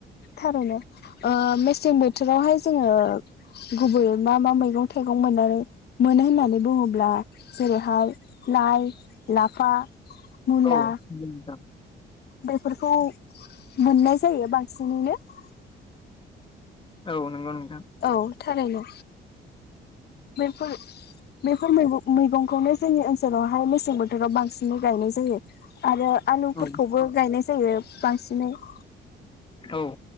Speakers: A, on the left; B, on the left.
A: थारैनो ओ मेसें बोथोरावहाय जोङो गुबैयै मा मा मैगं थाइगं मोननानै मोनो होननानै बुङोब्ला जेरैहाय लाइ, लाफा, मुला
B: औ मोजां ।
A: बेफोरखौ मोननाय जायो बांसिनैनो ।
B: औ नंगौ नों
A: औ । थारैनो बे फोर बेफोर मैगं मैगंखौनो जोंनि ओनसोलावहाय मेसें बोथोराव बांसिनै गायनाय जायो । आरो आलुफोरखौबो
B: औ
A: गायनाय जायो बांसिनै ।
B: औ